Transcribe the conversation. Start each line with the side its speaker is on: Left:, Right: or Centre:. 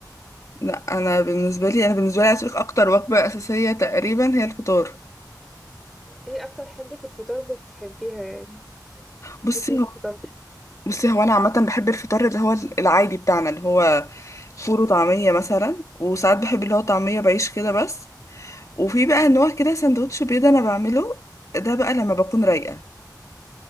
Left: لا انا بالنسبه لي انا بالنسبه لي عايز أقولك اكتر وجبه اساسيه تقريبا هي الفطار
Centre: ايه اكتر حاجه في الفطار بتحبيها يعني
Left: بصي
Centre: بس انت
Left: هو
Centre: فطرتي
Left: بصي هو انا عامه بحب الفطار اللي هو العادي بتاعنا اللي هو فول وطعميه مثلا وساعات بحب اللي هو طعميه بعيش كده بس وفي
Centre: آه.
Left: بقى نوع كده سندوتش بيض انا بعمله ده بقى لما بكون رايقه